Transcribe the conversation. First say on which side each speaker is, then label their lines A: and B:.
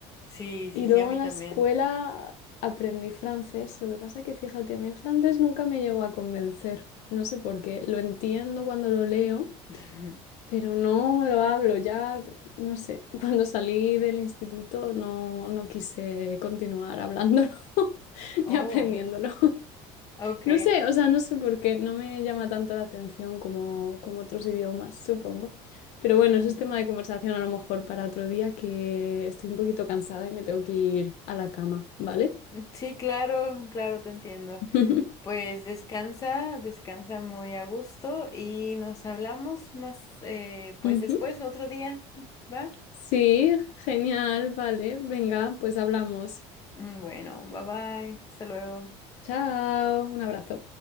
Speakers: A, on the left; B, on the left.
A: Sí,
B: Y
A: sí,
B: luego
A: sí, a mí
B: en la
A: también.
B: escuela aprendí francés, lo que pasa que fíjate, a mí el francés nunca me llegó a convencer, no sé por qué, lo entiendo cuando lo leo,
A: <laughs>
B: pero no lo hablo, ya, no sé, <laughs> cuando salí del instituto no, no quise continuar hablándolo <laughs>
A: Oh,
B: ni aprendiéndolo.
A: ok.
B: No sé, o sea, no sé por qué, no me llama tanto la atención como, como otros idiomas, supongo. Pero bueno,
A: <laughs>
B: eso es tema de conversación a lo mejor para otro día que estoy un poquito cansada y me tengo que ir a la cama, ¿vale?
A: Sí, claro, claro, te entiendo.
B: <laughs>
A: Pues descansa, descansa muy a gusto y nos hablamos más, eh, pues
B: Ujú.
A: después, otro día, ¿va?
B: Sí, genial, vale. Venga, pues hablamos.
A: Mm, Bueno, bye bye, hasta luego.
B: Chao, un abrazo.